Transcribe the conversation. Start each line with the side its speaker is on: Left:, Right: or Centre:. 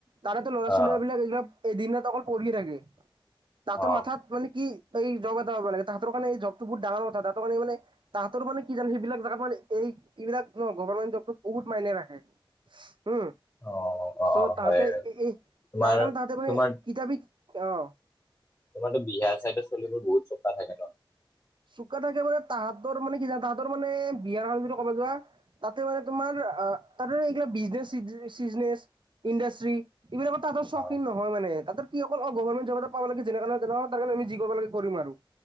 Right: তাৰোতো ল'ৰা ছোৱালী
Left: অ',
Right: বিলাক এইবিলাক এদিন ন অকল পঢিয়ে থাকে তাতৰ
Left: অ',
Right: মাথাত
Left: অ',
Right: মানে কি বাকি এই জব এটা ওলালে তাঁহাতৰ কাৰণে এই জবটো বহুত ডাঙৰ কথা তাহাতৰ কাৰণে মানে তাহাঁতৰ মানে কি জান সেইবিলাক জাগাত মানে এইবিলাক ন গভমেণ্ট জবো বহুত মাইনে ৰাখে৷ উম৷
Left: অ অ
Right: চ' তাহতে
Left: হয়
Right: এই
Left: তোমাৰ
Right: তাৰ কাৰণে তাহতে মানে
Left: তোমাৰ
Right: কিতাপি অ
Left: ত মানে বিহাৰ চাইডত চলিবোৰ বহুত চোকা থাকে ন৷
Right: চোকা থাকে মানে তাহাঁতৰ মানে কি জানা তাহাঁতৰ মানে বিয়াৰ খ বুলি ক'বা যোৱা তাতে মানে তোমাৰ তাৰে এইগিলা বিজনেচ চ চিজনেচ ইণ্ডষ্ট্ৰি এইবিলাক তাহাতৰ
Left: অ',
Right: চখ৷ নহয় মানে তাতে কি অকল অ গভমেণ্ট জব এটা পাব লাগে যেনেকাই নহয় তাৰ কাৰণে আমি যি কৰিব লাগে কৰিম আৰু৷